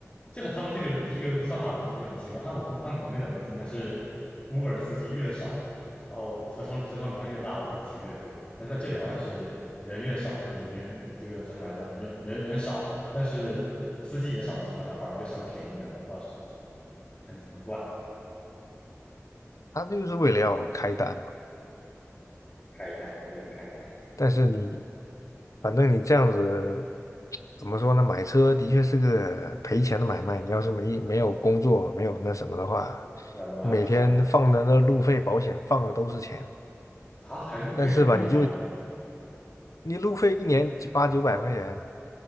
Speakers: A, on the left; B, on the left.
A: 这个他们这个这个算法逻辑就很奇怪，按我国按国内的逻辑应该是，Uber 司机越少，然后交通交通流量越大，然后钱越贵，但是在这里好像是人越少，这个人这个叫什么来着？人人人少，但是司机也少的情况下，反而会稍微便宜一点，不知道是什么，很很怪，
B: 他就是为了要开单嘛。
A: 开一单为了开一单，
B: 但是你反正你这样子怎么说呢？买车的确是个赔钱的买卖。你要是没没有工作，没有那什么的话，
A: 对啊，我还不知道
B: 每天放的那路费、保险放的都是钱。
A: 啊，还路费保路费保
B: 但是吧，你就你路费一年就八九百块钱，